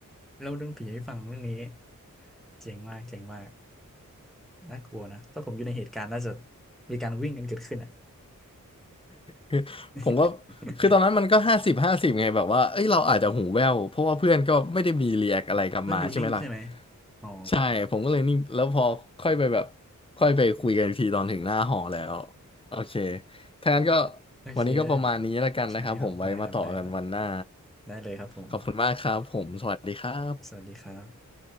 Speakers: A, in the centre; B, on the left.
A: เล่าเรื่องผีให้ฟังเรื่องนี้เจ๋งมากเจ๋งมากน่ากลัวนะถ้าผมอยู่ในเหตุการณ์น่าจะมีการวิ่งกันเกิดขึ้นอ่ะ
B: คือผมก็
A: <laughs>
B: คือตอนนั้นมันก็ห้าสิบห้าสิบไงแบบว่าเอ้ยเราอาจจะหูแว่วเพราะว่าเพื่อนก็ไม่ได้มีรีแอคอะไรกลับมาใช่ไหมล่ะ
A: เพื่อนดูนิ่งใช่ไหมอ๋อ
B: ใช่ผมก็เลยนิ่งแล้วพอค่อยไปแบบค่อยไปคุยกันอีกทีตอนถึงหน้าหอแล้วโอเคถ้างั้นก็
A: <laughs> โอเค
B: วันนี้ก็ประมาณนี้แล้วกันนะครับผมไว้มาต่อกันวันหน้า
A: ใช่ครับได้ครับได้ครับได้เลยครับผม
B: ขอบคุณมากครับผมสวัสดีครับ
A: สวัสดีครับ